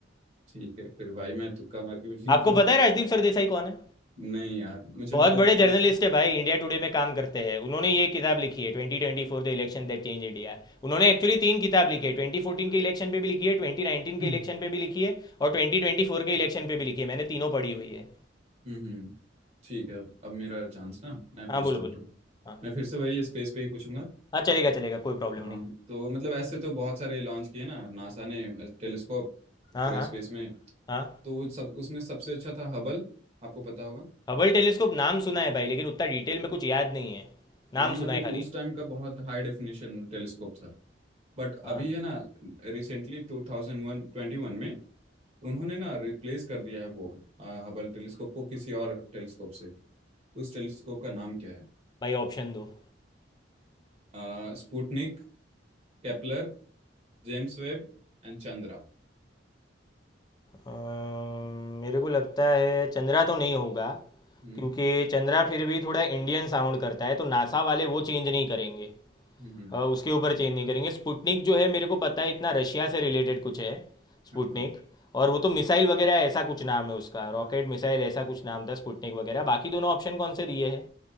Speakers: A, on the right (about 35°); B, on the left (about 20°).
A: ठीक है फिर भाई मैं तुक्का मार के भी जीत
B: आपको
A: रहा
B: पता
A: हूँ
B: है राजदीप सरदेसाई कौन है
A: नहीं यार मुझे
B: बहुत
A: मतलब
B: बड़े जर्नलिस्ट
A: मैं
B: है भाई इंडिया टुडे में काम करते हैं उन्होंने ये किताब लिखी है twenty twenty four the election that change India उन्होंने एक्चुअली तीन किताब लिखी है ट्वेंटी फोर्टीन के इलेक्शन पे भी लिखी है ट्वेंटी नाइनटीन
A: हम्म
B: के इलेक्शन पे भी लिखी है और ट्वेंटी ट्वेंटी फोर के इलेक्शन पे भी लिखी है मैंने तीनों पढ़ी हुई है
A: हम्म, ठीक है अब मेरा चांस ना मैं पूछता
B: हाँ बोलो बोलो
A: हूँ तुम
B: हाँ
A: मैं फिर से वही स्पेस पे ही पूछूंगा
B: हाँ चलेगा चलेगा कोई प्रॉब्लम
A: हाँ
B: नहीं
A: तो मतलब ऐसे तो बहुत सारे लॉन्च किए ना नासा ने टेलीस्कोप
B: हाँ
A: पूरे
B: हाँ
A: स्पेस में
B: हाँ
A: तो वो सब उसमें सबसे अच्छा था हबल आपको पता होगा
B: हबल टेलीस्कोप नाम सुना है भाई लेकिन उतना डिटेल में कुछ याद नहीं है
A: हाँ,
B: नाम
A: नहीं मतलब
B: सुना है
A: कि
B: खाली
A: उस टाइम का बहुत हाई डेफिनेशन टेलीस्कोप था बट
B: हाँ
A: अभी है ना recently two thousand one twenty one में उन्होंने ना रिप्लेस कर दिया है वो हबल टेलीस्कोप को किसी और टेलीस्कोप से उस टेलीस्कोप का नाम क्या
B: भाई ऑप्शन दो
A: है Sputnik Kepler James Webb and Chandra
B: अम्म, मेरे को लगता है चंद्रा तो नहीं होगा
A: हम्म
B: क्योंकि चंद्रा फिर भी थोड़ा इंडियन साउंड करता है तो नासा वाले वो चेंज नहीं करेंगे
A: हम्म हम्म,
B: अ, उसके ऊपर चेंज नहीं करेंगे स्पुटनिक जो है मेरे को पता है इतना रशिया से रिलेटेड कुछ है स्पुटनिक
A: हाँ हाँ
B: और वो तो मिसाइल वगैरह ऐसा कुछ नाम है उसका रॉकेट मिसाइल ऐसा कुछ नाम था स्पुटनिक वगैरह बाकी दोनों ऑप्शन कौन से दिए हैं